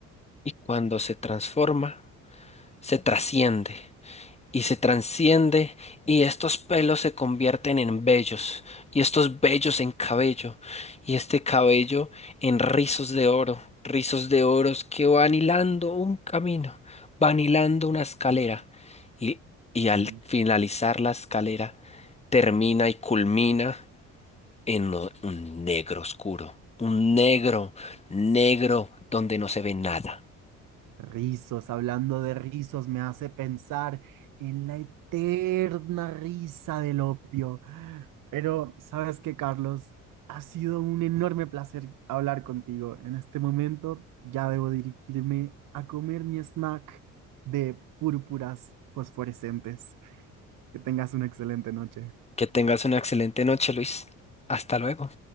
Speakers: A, on the left; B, on the right.
A: Y cuando se transforma, se trasciende. y se transciende y estos pelos se convierten en vellos y estos vellos en cabello y este cabello en rizos de oro, rizos de oros que van hilando un camino, van hilando una escalera y, y
B: Ri-
A: al finalizar la escalera termina y culmina en o- un negro oscuro, un negro, negro donde no se ve nada.
B: Rizos, hablando de rizos, me hace pensar en la eterna risa del opio. Pero, ¿sabes qué, Carlos? Ha sido un enorme placer hablar contigo. En este momento ya debo dirigirme a comer mi snack de púrpuras fosforescentes. Que tengas una excelente noche.
A: Que tengas una excelente noche, Luis. Hasta luego.